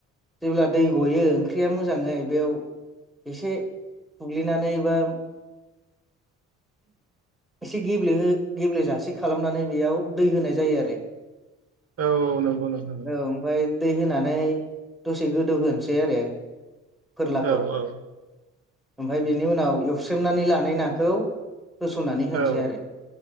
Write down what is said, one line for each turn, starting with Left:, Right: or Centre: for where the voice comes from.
Centre: जेब्ला दै गयो ओंख्रिया मोजाङै बेयाव। एसे फुग्लिनानै बा। एसे गेब्लेहो गेब्लेेजासे खालामनानै बेयाव दै होनाय जायो आरो।
Right: औ औ नंगौ नोंथां
Centre: औ ओमफ्राय दै होनानै दसे गोदौ होनोसै आरो फोरलाखौ।
Right: औ औ
Centre: ओमफाय बेनि उनाव एवस्रमनानै लानाय नाखौ होसननानै होनोसै
Right: औ
Centre: आरो